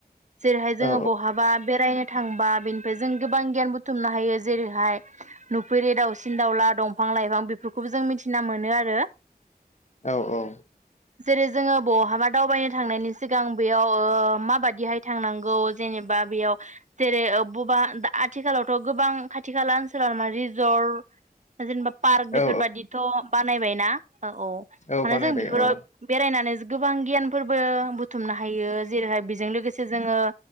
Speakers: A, on the right; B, on the left.
A: जेरैहाय जोङो
B: औ
A: बहाबा बेरायनो <inaudible> थांबा बेनिफ्राय जों गोबां गियान बुथुमनो हायो जेरैहाय थुफेरि दाउसिन दाउला दंफां लाइफां बेफोरखौबो जों मिथिना मोनो आरो
B: औ औ
A: जेरै जोङो बहाबा दावबायनो थांनायनि सिगां बेयाव माबाददिहाय थांनांगौ जेनेबा बेयाव जेरै बबा आथिखालावथ' गोबां खाथि खाला ओनसोलाव माने जर <inaudible> जेनेबा पार्क बेफोरबादिथ'
B: औ
A: ब <inaudible> नायबायना? औ औ
B: औ
A: माने
B: बानायबाय
A: जों बेफोराव
B: औ
A: बेरायनानै गोबां गियानफोरबो बु बुथुमनो हायो जेरैहाय बेजों लोगोसे जोङो